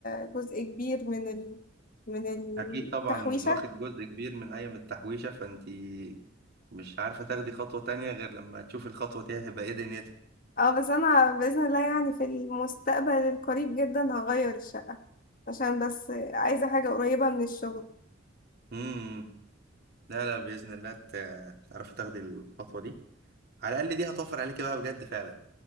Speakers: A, on the left; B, on the right.
A: جزء كبير من ال... من التحويشه
B: اكيد طبعا واخد جزء كبير من ايام التحويشه فانتي مش عارفه تاخدي خطوه تانية غير لما تشوفي الخطوه دي هيبقى ايه دنيتها
A: اه بس انا باذن الله يعني في المستقبل القريب جدا هغير الشقه عشان بس عايزه حاجه قريبه من الشغل
B: امم لا لا باذن الله ت- تعرفي تاخدي الخطوه دي على الاقل دي هتوفر عليكي بقى بجد فعلا